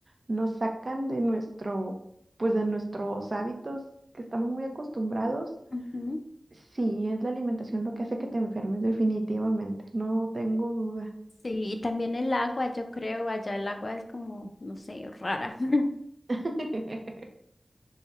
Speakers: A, on the right; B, on the left.
A: nos sacan de nuestro, pues de nuestros hábitos que estamos muy acostumbrados,
B: <laughs> Ujú.
A: sí es la alimentación lo que hace que te enfermes definitivamente, no tengo duda
B: Sí, y también el agua, yo creo, allá el agua es como, no sé, rara. <laughs>
A: <laughs>